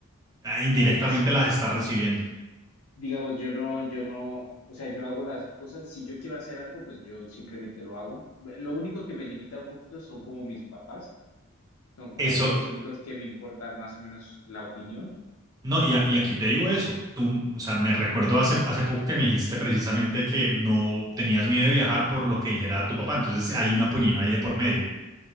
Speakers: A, on the right; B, on the left.
A: eh,
B: No,
A: indirectamente
B: yo, s-
A: las está recibiendo.
B: digamos, yo no, yo no, o sea, yo hago las cosas, si yo quiero hacer algo, pues yo simplemente lo hago. Lo único que me limita un poquito son como mis papás, son como
A: Eso,
B: de los únicos que me importa más o menos la opinión,
A: no, y, a- y aquí te digo eso. Tú, o sea, me recuerdo hace, hace poco que me dijiste precisamente que no tenías miedo de viajar por lo que dijera tu papá. Entonces hay una punino ahí de por medio.